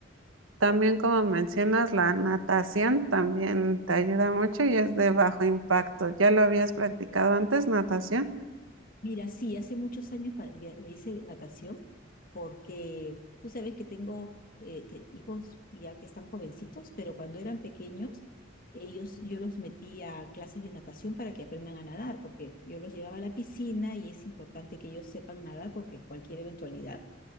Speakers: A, on the right (about 85°); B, on the left (about 45°).
A: también como mencionas, la natación también te ayuda mucho y es de bajo impacto. ¿Ya lo habías practicado antes, natación?
B: Mira, sí, hace muchos años pa- via- hice natación porque tú sabes que tengo eh, te- hijos ya que están jovencitos, pero cuando eran pequeños, ellos, yo los metí a clases de natación para que aprendan a nadar, porque yo los llevaba a la piscina y es importante que ellos sepan nadar porque cualquier eventualidad